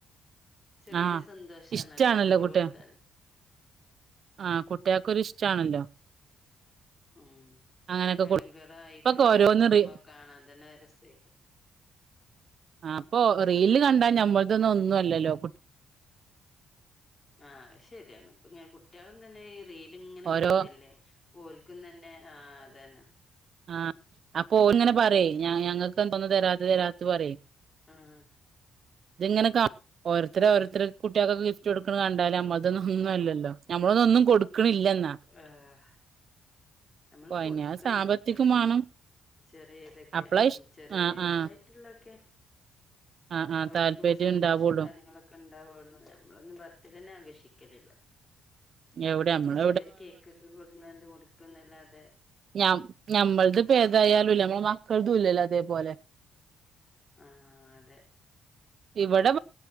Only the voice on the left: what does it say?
ചെറിയൊരു
സന്തോഷാണല്ലോ
അങ്ങനെയൊക്കെ
കൊടുത്താല്
ഉം
ഹാങ്കർ ആയിട്ട്
ഇങ്ങനെ
കൊടുക്കുമ്പോ
കാണാൻ തന്നെ അത് രസയ്ക്ക
ആഹ് അത് ശെരിയാണ് ഇപ്പ ഇങ്ങനെ കുട്ടിയാളും തന്നെ ഈ റീല്ങ്ങനെ
കാണല്ലേ ഓൽ ക്കും തന്നെ ആഹ് അതന്നെ
ആഹ്
അങ്ങനെ
ആ
അതെ
ഏഹ് ഞമ്മള്
കൊട്ക്കണം
കുട്ടിയാക്കെ
ചെറിയതൊക്കെ
ഉം
ചെറിയതായിട്ടുള്ളൊക്കെ
ഓൽക്കും
സന്തോഷം
കാര്യങ്ങളൊ ക്കെ ഇണ്ടാവൊള്ളൂ ഞമ്മളൊന്നും ബർത്ഡേന്നെ ആഘോഷിക്കലില്ല
ഉം
ചെറിയൊരു കേക്കൊക്കെ കൊട്ന്നാണ്ട് മുറിക്കുന്നല്ലാതെ
ആഹ് അതെ